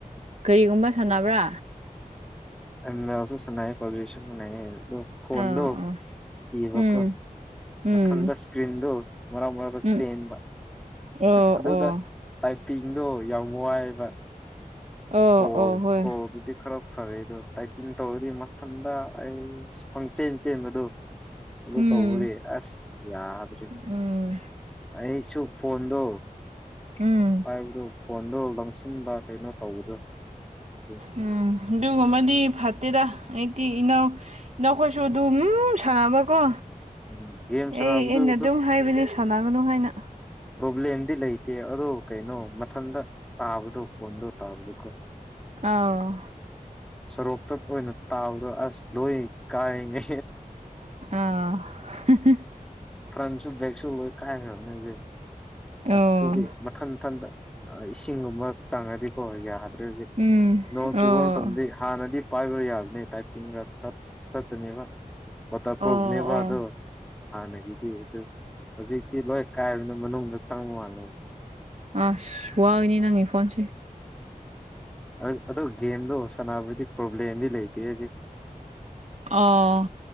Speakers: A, on the right (about 50°); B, in the centre.
A: ꯀꯔꯤꯒꯨꯝꯕ ꯁꯥꯟꯅꯕ꯭ꯔꯥ
B: ꯑꯝ ꯏꯜ ꯁꯨ ꯁꯥꯅꯩ ꯄꯞꯖꯤꯁꯨ ꯁꯥꯅꯩ ꯑꯗꯨ ꯐꯣꯟꯗꯣ
A: ꯑꯥ ꯑꯥ
B: ꯀꯤꯕꯀꯣ
A: ꯎꯝ ꯎꯝ
B: ꯃꯊꯟꯗ ꯀ꯭ꯔꯤꯗꯣ ꯃꯔ ꯃꯔꯛꯇ
A: ꯎꯝ
B: ꯆꯦꯟꯕ
A: ꯑꯣ
B: ꯑꯗꯨꯗ
A: ꯑꯣ
B: ꯇꯥꯏꯄꯤꯡꯗꯣ ꯌꯥꯝ ꯋꯥꯏꯑꯦꯕ
A: ꯑꯣ
B: ꯀꯣꯜ
A: ꯑꯣ ꯍꯣꯏ
B: ꯀꯣꯜ ꯗꯨꯗꯤ ꯈꯔꯥ ꯐꯔꯦ ꯑꯗꯣ ꯇꯥꯏꯄꯤꯡ ꯇꯧꯔꯗꯤ ꯃꯊꯟꯗ ꯑꯩ ꯄꯪꯆꯦꯟ ꯆꯦꯟꯕꯗꯣ ꯑꯗꯨ
A: ꯎꯝ
B: ꯇꯧꯕꯒꯤ ꯑꯁ ꯌꯥꯗ꯭ꯔꯦ
A: ꯎꯝ
B: ꯑꯩꯁꯨ ꯐꯣꯟꯗꯣ
A: ꯎꯝ
B: ꯄꯥꯏꯕꯗꯣ ꯐꯣꯟꯗꯣ ꯂꯪꯁꯤꯟꯕ ꯀꯩꯅꯣ ꯇꯧꯕꯗꯣ ꯑꯗꯨꯏ
A: ꯎꯝ ꯑꯗꯨꯒꯨꯝꯕꯗꯤ ꯐꯠꯇꯦꯗ ꯏꯆꯤꯟ ꯏꯅꯥꯎ ꯅꯈꯣꯏꯁꯨ ꯑꯗꯨꯝ ꯁꯥꯟꯅꯕꯀꯣ
B: ꯎꯝ ꯒꯦꯝ ꯁꯥꯟꯅꯕꯗꯨ
A: ꯑꯩ ꯑꯩꯅ
B: ꯑꯗꯨ
A: ꯑꯗꯨꯝ ꯍꯥꯏꯕꯅꯦ ꯁꯥꯟꯅꯒꯅꯨ ꯍꯥꯏꯅ
B: ꯄ꯭ꯔꯣꯕ꯭ꯂꯦꯝꯗꯤ ꯂꯩꯇꯦ ꯑꯗꯣ ꯀꯩꯅꯣ ꯃꯊꯟꯇ ꯇꯥꯕꯗꯣ ꯐꯣꯟꯗꯣ ꯇꯥꯕꯅꯦꯀꯣ
A: ꯑꯧ
B: ꯁꯣꯔꯣꯛꯇ ꯑꯣꯏꯅ ꯇꯥꯕꯗꯣ ꯑꯁ ꯂꯣꯏ ꯀꯥꯏꯅꯦ
A: ꯑ ꯍ ꯍ
B: ꯐ꯭ꯔꯟꯁꯨ ꯕꯦꯛꯁꯨꯨ ꯂꯣꯏ ꯀꯥꯏ ꯈ꯭ꯔꯕꯅꯦ ꯑꯩꯗꯤ ꯑꯗꯨꯒꯤ
A: ꯑꯣ
B: ꯃꯊꯟ ꯃꯊꯟꯇ ꯏꯁꯤꯡꯒꯨꯝꯕ ꯆꯪꯉꯗꯤꯀꯣ ꯌꯥꯗ
A: ꯎꯝ
B: ꯅꯣꯡ
A: ꯑꯣ
B: ꯆꯨꯕ ꯃꯇꯝꯗꯗꯤ ꯍꯥꯟꯅꯗꯤ ꯄꯥꯏꯕ ꯌꯥꯗꯦ ꯇꯥꯏꯄꯤꯡꯒ ꯆꯞ ꯆꯠꯄꯅꯦꯕ ꯋꯥꯇ꯭ꯔꯄꯔꯐꯅꯦꯕ
A: ꯑꯣ ꯑꯣ
B: ꯑꯗꯣ ꯍꯥꯟꯅꯒꯤꯗꯤ ꯑꯗꯣ ꯍꯧꯖꯤꯛꯇꯤ ꯂꯣꯏ ꯀꯥꯏꯕꯅꯤ ꯃꯅꯨꯡꯗ ꯆꯪꯕ ꯃꯥꯜꯂꯦ
A: ꯑꯁ ꯋꯥꯒꯅꯤ ꯅꯪꯒꯤ ꯐꯣꯟꯁꯦ
B: ꯑ ꯑꯗꯨꯗꯣ ꯒꯦꯝꯗꯣ ꯍꯁꯅꯥꯕꯗꯤ ꯄ꯭ꯔꯣꯕ꯭ꯂꯦꯝꯗꯤ ꯂꯩꯇꯦꯍꯦꯗꯤ
A: ꯑꯣ